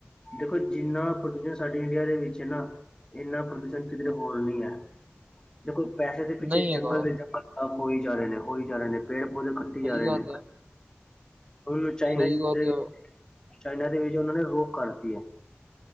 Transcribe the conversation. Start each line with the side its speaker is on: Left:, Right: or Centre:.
Left: ਦੇਖੋ ਜਿੰਨਾ ਪੋਲਿਊਸ਼ਨ ਸਾਡੇ ਇੰਡੀਆ ਦੇ ਵਿੱਚ ਏ ਨਾ ਇੰਨਾ ਪ੍ਰਦੂਸ਼ਣ ਕਿਧਰੇ ਹੋਰ ਨੀ ਐ, ਦੇਖੋ ਪੈਸੇ ਦੇ ਪਿੱਛੇ
Right: ਨਹੀਂ
Left: ਜੰਗਲ
Right: ਹੈਗਾ
Left: ਦੇ ਜੰਗਲ ਹੋਈ ਜਾ ਰਹੇ ਨੇ ਹੋਈ ਜਾ ਰਹੇ ਨੇ ਪੇੜ ਪੌਦੇ ਖੱਟੀ
Right: ਸਹੀ
Left: ਜਾ ਰਹੇ
Right: ਗੱਲ
Left: ਨੇ
Right: ਆ
Left: ਉਹ ਚਾਈਨਾ
Right: ਸਹੀ ਗੱਲ
Left: ਤੇ ਵੀ,
Right: ਆ
Left: ਚਾਈਨਾ ਦੇ ਵਿੱਚ ਉਹਨਾਂ ਨੇ ਰੋਕ ਕਰਤੀ ਐ।